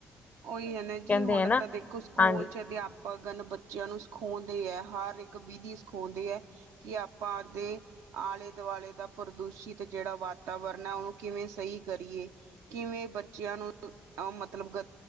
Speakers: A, on the right; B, on the left.
A: ਉਹੀ ਹੈ ਨਾ
B: ਕਹਿੰਦੇ
A: ਜੀ ਹੁਣ
B: ਹੈ ਨਾ
A: ਤਾਂ ਦੇਖੋ ਸਕੂਲ
B: ਹਾਂਜੀ
A: ਚ ਅਧਿਆਪਕ ਬੱਚਿਆਂ ਨੂੰ ਸਕੂਲ ਸਿਖਾਦੇ ਹੈ ਹਰ ਇੱਕ ਵਿਧੀ ਸਿਖਾਉਂਦੇ ਹੈ ਕਿ ਆਪਾਂ ਦੇ ਆਲੇ ਦੁਆਲੇ ਦਾ। ਪ੍ਰਦੂਸ਼ਿਤ ਜਿਹੜਾ ਵਾਤਾਵਰਨ ਹੈ ਉਹਨੂੰ ਕਿਵੇਂ ਸਹੀ ਕਰੀਏ ਕਿਵੇਂ? ਬੱਚਿਆਂ ਨੂੰ ਉਹ ਮਤਲਬ ਗ